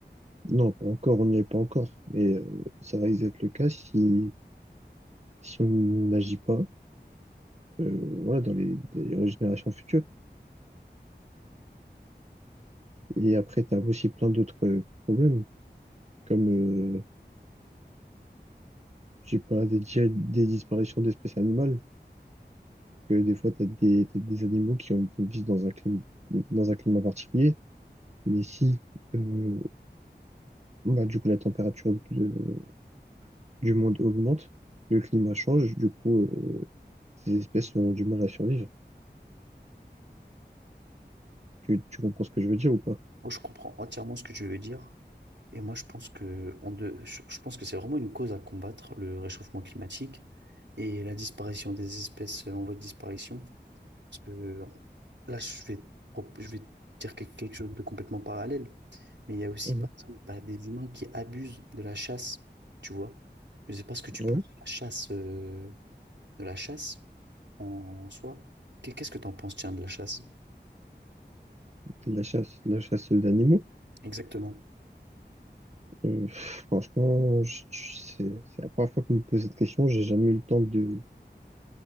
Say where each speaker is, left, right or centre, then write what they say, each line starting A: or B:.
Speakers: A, on the right; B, on the right.
A: Non, pas encore, on n'y est pas encore. Mais euh, ça risque d'être le cas si, si on n'agit pas, euh, voilà, dans les, dans les générations futures. Et après, tu as aussi plein d'autres problèmes, comme, euh, je sais pas, des, déjà des disparitions d'espèces animales, que des fois, tu as des, t'as des animaux qui ont, vivent dans un climat, dans un climat particulier, mais si, euh, bah, du coup, la température de- du monde augmente, le climat change, du coup, euh, ces espèces auront du mal à survivre. Tu, tu comprends ce que je veux dire ou pas?
B: Oh, je comprends entièrement ce que tu veux dire. Et moi, je pense que, on de- je je pense que c'est vraiment une cause à combattre, le réchauffement climatique et la disparition des espèces en voie de disparition. Parce que là, je vais, pro- je vais dire que- quelque chose de complètement parallèle. Mais il y a aussi,
A: Mhm.
B: par exemple, bah, des humains qui abusent de la chasse, tu vois. Je ne sais pas ce que tu
A: Ouais,
B: penses de la chasse, euh, de la chasse en soi. Qu'est- Qu'est-ce que tu en penses, tiens, de la chasse?
A: de la chasse, de la chasse aux animaux.
B: Exactement.
A: Euh, franchement, je- je- c'est c'est la première fois que vous me posez cette question. J'ai jamais eu le temps de,